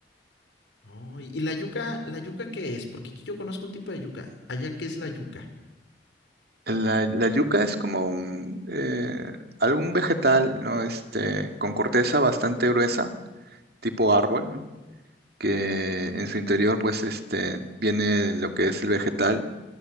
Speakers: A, on the left; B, on the right.
A: No, y, y la yuca, ¿la yuca qué es? Porque aquí yo conozco un tipo de yuca. Allá, ¿qué es la yuca?
B: La, la yuca es como un, eh, algún vegetal, ¿no? Este, con corteza bastante gruesa, tipo árbol, ¿no? que en su interior pues este viene lo que es el vegetal